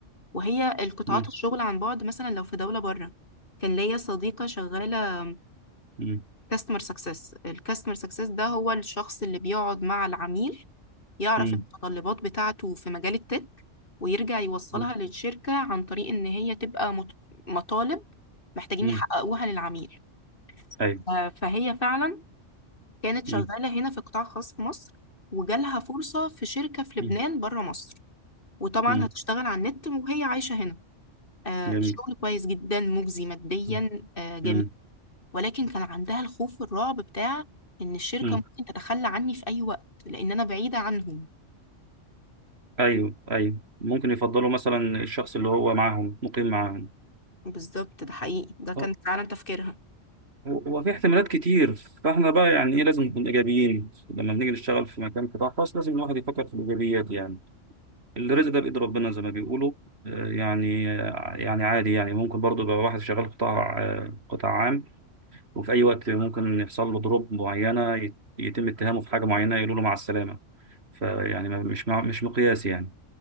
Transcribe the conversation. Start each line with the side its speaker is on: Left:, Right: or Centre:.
Left: وهي القطاعات
Right: مم،
Left: الشغل عن بعد مثلا لو في دولة بره كان ليا صديقة شغالة
Right: مم،
Left: كاستمر سكسس الكاستمر سكسس ده هو الشخص اللي بيقعد مع العميل يعرف
Right: مم،
Left: المتطلبات بتاعته في مجال التك ويرجع يوصلها
Right: مم،
Left: للشركة عن طريق إن هي تبقى مت- مطالب محتاجين
Right: مم،
Left: يحققوها للعميل
Right: ايوه
Left: آه، فهي فعلا كانت شغالة
Right: مم،
Left: هنا في قطاع خاص في مصر وجالها فرصة في شركة في لبنان
Right: مم،
Left: بره مصر وطبعا
Right: مم،
Left: هتشتغل على النت وهي عايشة هنا آه،
Right: جميل
Left: الشغل كويس جدا مجزي ماديا
Right: مم،
Left: آه، جميل
Right: مم،
Left: ولكن كان عندها الخوف والرعب بتاع إن الشركة
Right: مم،
Left: ممكن تتخلى عني في أي وقت لأن أنا بعيدة عنهم
Right: ايوه ايوه ممكن يفضلوا مثلا الشخص اللي هو معاهم مقيم معاهم
Left: بالظبط ده حقيقي ده كان
Right: أه،
Left: فعلا تفكيرها
Right: هو في احتمالات كتير فاحنا بقى يعني ايه لازم نكون ايجابيين لما بنيجي نشتغل في مكان قطاع خاص لازم الواحد يفكر في الايجابيات يعني الرزق ده بايد ربنا زي ما بيقولوا آه، يعني آه، يعني عادي يعني ممكن برضه يبقى واحد شغال قطاع آه، قطاع عام وفي اي وقت ممكن يحصل له ضروب معينه يت- يتم اتهامه في حاجه معينه يقولوا له مع السلامه فيعني ما- مش مع- مش مقياس يعني